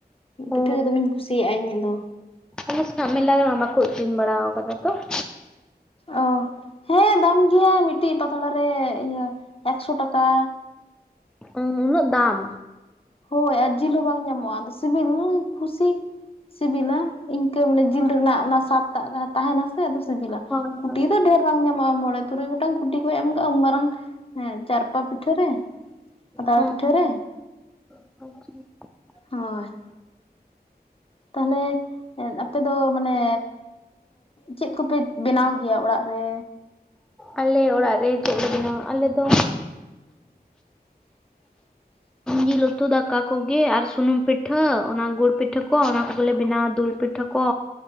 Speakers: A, on the left; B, in the centre.
A: ᱯᱤᱴᱷᱟᱹ
B: ᱚ
A: ᱜᱮ ᱫᱚᱢᱤᱧ ᱠᱩᱥᱤᱭᱟᱜᱼᱟ ᱤᱧᱟᱹᱜ ᱫᱚ᱾
B: ᱟᱞᱮ ᱥᱮᱱᱟᱜ ᱢᱮᱞᱟ ᱨᱮᱢᱟ ᱵᱟᱠᱚ ᱟᱠᱷᱨᱤᱧ ᱵᱟᱲᱟᱣ ᱠᱟᱫᱟ ᱛᱚ <inaudible>
A: ᱚ, ᱦᱮᱸ ᱫᱟᱢ ᱜᱮᱭᱟ ᱢᱤᱫᱴᱤᱡ ᱯᱟᱛᱲᱟ ᱨᱮ ᱤᱭᱟᱹ ᱮᱠᱥᱚ ᱴᱟᱠᱟ᱾
B: ᱩ ᱩᱱᱟᱹᱜ ᱫᱟᱢ᱾
A: ᱦᱳᱭ ᱟᱨ ᱡᱤᱞ ᱦᱚᱸ ᱵᱟᱝ ᱧᱟᱢᱚᱜᱼᱟ ᱟᱫᱚ ᱥᱤᱵᱤᱞ ᱠᱩᱥᱤ ᱥᱤᱵᱤᱞᱟ ᱤᱱᱠᱟᱹ ᱢᱟᱱᱮ ᱡᱤᱞ ᱨᱮᱱᱟᱜ ᱚᱱᱟ ᱥᱟᱫᱴᱟᱜ ᱛᱟᱦᱮᱱᱟ ᱥᱮ ᱟᱫᱚ ᱥᱤᱵᱤᱞᱟ
B: ᱦᱳᱭ
A: ᱠᱩᱴᱤ
B: ᱦᱳᱭ
A: ᱫᱚ ᱰᱷᱮᱨ ᱵᱟᱝ ᱧᱟᱢᱚᱜᱼᱟ ᱢᱚᱬᱮ ᱛᱩᱨᱩᱭ ᱜᱚᱴᱟᱝ ᱠᱩᱴᱤ ᱠᱚ ᱮᱢ ᱠᱟᱜᱼᱟ ᱩᱱ ᱢᱟᱨᱟᱝ ᱮᱸ ᱪᱟᱨᱯᱟ ᱯᱤᱴᱷᱟᱹ ᱨᱮ᱾ ᱯᱟᱛᱲᱟ
B: ᱦᱩᱸ
A: ᱯᱤᱴᱟᱹ ᱨᱮ᱾
B: <inaudible>
A: ᱦᱳᱭ᱾ ᱛᱟᱦᱚᱞᱮ ᱮᱸᱫ ᱟᱯᱮ ᱫᱚ ᱢᱟᱱᱮ ᱪᱮᱫ ᱠᱚᱯᱮ ᱵᱮᱱᱟᱣ ᱜᱮᱭᱟ ᱚᱲᱟᱜ ᱨᱮ?
B: ᱟᱞᱮ ᱚᱲᱟᱜ ᱨᱮ ᱪᱮᱫ ᱞᱮ ᱵᱮᱱᱟᱣᱟ ᱟᱞᱮ ᱫᱚ
A: <inaudible>
B: ᱡᱤᱞ ᱩᱛᱩ ᱫᱟᱠᱟ ᱠᱚᱜᱮ ᱟᱨ ᱥᱩᱱᱩᱢ ᱯᱤᱴᱷᱟᱹ ᱚᱱᱟ ᱜᱩᱲ ᱯᱤᱴᱷᱟᱹ ᱠᱚ ᱚᱱᱟ ᱠᱚᱜᱮᱞᱮ ᱵᱮᱱᱟᱣᱟ ᱫᱩᱞ ᱯᱤᱴᱷᱟᱹ ᱠᱚ